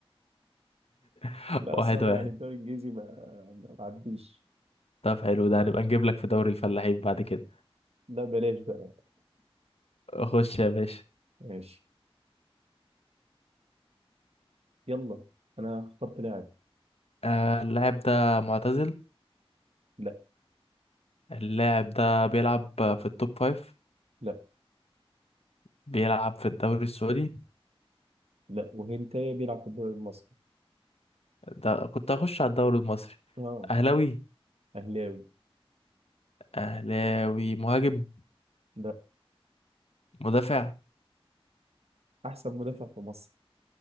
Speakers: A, on the left (about 75°); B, on the right (about 80°).
A: <laughs>
B: لا اصل
A: واحد
B: انا
A: واحد
B: يعني الدوري الانجليزي ما ما بعديش
A: طب حلو ده هنبقى نجيب لك في دوري الفلاحين بعد كده
B: لا بلاش بقى
A: خش يا باشا
B: ماشي يلا انا اخترت لاعب
A: آه اللاعب ده معتزل
B: لا
A: اللاعب ده بيلعب في التوب فايف
B: لا
A: بيلعب في الدوري السعودي
B: لا وهنتايا بيلعب في الدوري المصري
A: ده كنت هخش على الدوري المصري
B: اه
A: اهلاوي
B: اهلاوي
A: اهلاوي مهاجم
B: لا
A: مدافع
B: احسن مدافع في مصر